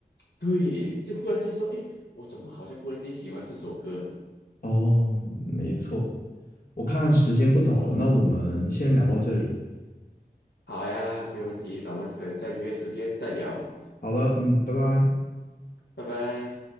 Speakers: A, on the left; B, on the left.
A: 对，就忽然间说，诶，我怎么好像忽然间喜欢这首歌了？
B: 哦，没错，我看时间不早了，那我们先聊到这里。
A: 好呀，没有问题，那我们可能再约时间再聊，
B: 好的，嗯，拜拜。
A: 拜拜。